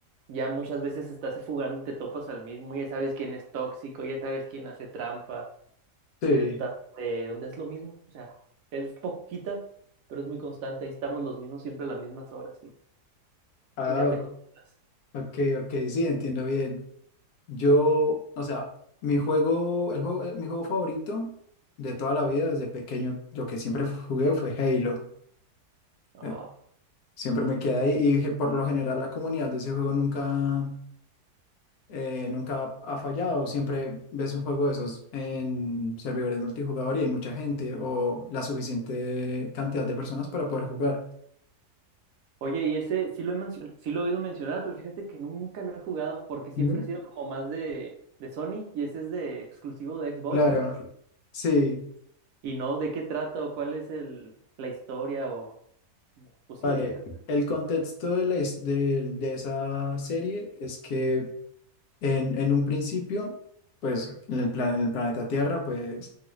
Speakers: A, on the right; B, on the left.
A: ya muchas veces estás fugando y te topas al mismo, ya sabes quién es tóxico, ya sabes quién hace trampa,
B: Sí,
A: de, ta- de donde es lo mismo. O sea, es poquita, pero es muy constante. Ahí estamos los mismos siempre a las mismas horas y
B: ah,
A: pues ya te acostumbras.
B: ok, ok, sí, entiendo bien. Yo, o sea, mi juego, el juego, eh, mi juego favorito de toda la vida desde pequeño, lo que siempre jugué fue Halo.
A: Ah,
B: Eh, siempre me quedé ahí y dije, por lo general la comunidad de ese juego nunca, eh, nunca ha fallado. Siempre ves un juego de esos en servidores multijugador y hay mucha gente o la suficiente cantidad de personas para poder jugar.
A: Oye, y ese sí lo he mencio- sí lo he oído mencionar, pero fíjate que nunca lo he jugado porque siempre
B: ¿no?
A: he sido como más de, de Sony y ese es de exclusivo de Xbox,
B: Claro,
A: ¿no?
B: sí,
A: Y no, ¿de qué trata o cuál es el, la historia o... no, Pues
B: vale.
A: sí, ¿de qué trata?
B: El contexto de, la his- del- de esa serie es que En, en un principio, pues en el, plan, en el planeta Tierra, pues